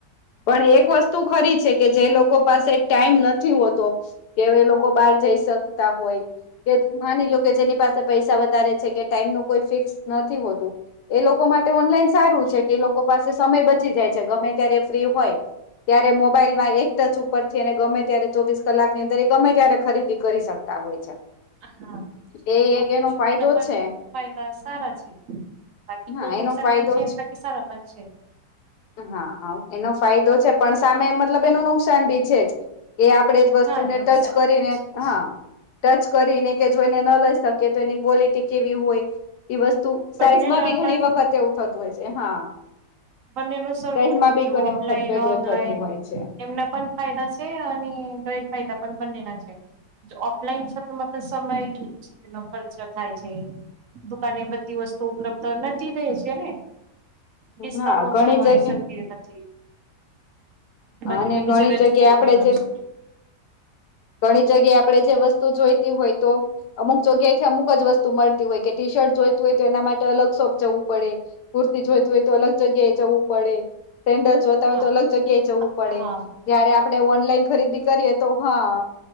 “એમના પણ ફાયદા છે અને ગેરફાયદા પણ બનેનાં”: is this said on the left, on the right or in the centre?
Right